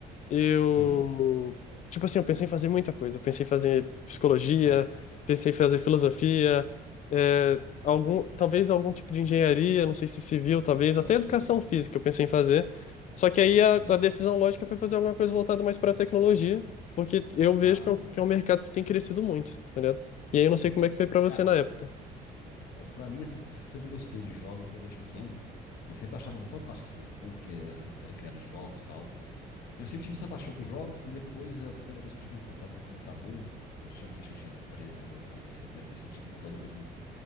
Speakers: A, on the left; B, on the left.
A: Eu,
B: sim.
A: tipo assim, eu pensei em fazer muita coisa. Eu pensei em fazer psicologia,
B: É,
A: pensei em fazer filosofia, é, algum, talvez algum tipo de engenharia, não sei se civil, talvez até
B: pode
A: educação
B: crer.
A: física eu pensei em fazer. Só que aí a,
B: Sim.
A: a decisão lógica foi fazer alguma coisa voltada mais para a tecnologia, porque eu vejo
B: Massa,
A: que é, um,
B: massa.
A: que é um mercado que tem crescido muito, tá ligado? E aí eu
B: Sim,
A: não sei como
B: sim.
A: é que foi para você
B: Cara,
A: na época.
B: ó, pra mim, assim, eu sempre gostei de jogos até desde pequeno. Eu sempre achava fantástico, assim, como que era, se- era criado os jogos e tal. Eu sempre tive essa paixão por jogos e depois a primeira vez que eu tive um contato com um computador, eu tinha acho que eu tinha 13 14 anos, assim, a primeira vez que eu tive um computador mesmo,